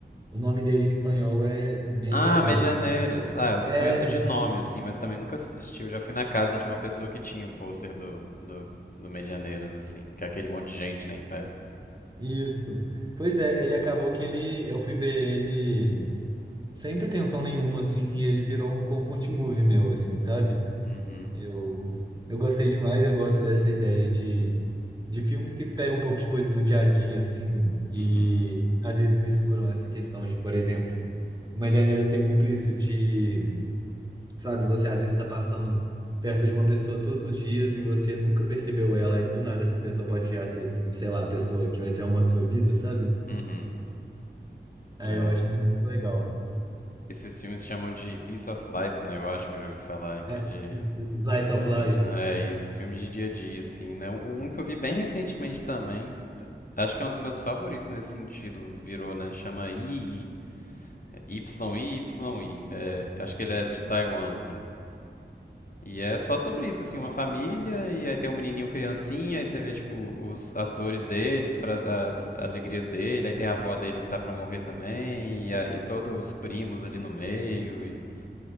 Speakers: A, on the right; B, on the left.
A: o nome dele em espanhol é Medianeiro.
B: Ah, Medianeiras. Ah, eu
A: É,
B: conheço de nome, assim, mas também nunca assisti. Eu já fui na casa de uma pessoa que tinha o pôster do, do, do Medianeiras, assim, que é aquele monte de gente, né, em pé.
A: isso. Pois é, ele acabou que ele, eu fui ver ele sem pretensão nenhuma, assim, e ele virou um comfort movie meu, assim, sabe?
B: Uhum,
A: Eu, eu gostei demais, eu gosto dessa ideia de, de filmes que pegam um pouco de coisas do dia a dia, assim, e
B: uhum,
A: às vezes misturam essa questão de, por exemplo, Imagineiros tem muito isso de, sabe, você às vezes está passando perto de uma pessoa todos os dias e você nunca percebeu ela, e do nada essa pessoa pode já ser, assim, sei lá, a pessoa que vai ser a honra de sua vida, sabe?
B: uhum.
A: Aí
B: É.
A: eu acho isso muito legal.
B: Esses filmes chamam de Piece of Life, né? Eu acho que eu já ouvi falarem que
A: É,
B: é de.
A: slice
B: Justamente,
A: of life.
B: né? É isso, um filme de dia a dia, assim, né? O um que eu vi bem recentemente também. Acho que é um dos meus favoritos nesse sentido, virou, né? Chama Y I é YIYI. É, acho que ele é de Taiwan, assim. E é só sobre isso, assim, uma família, e aí tem um menininho criancinha, aí você vê, tipo, os, as dores dele, os pra- as alegrias dele, aí tem a avó dele que tá pra morrer também, e, aí todos os primos ali no meio, e...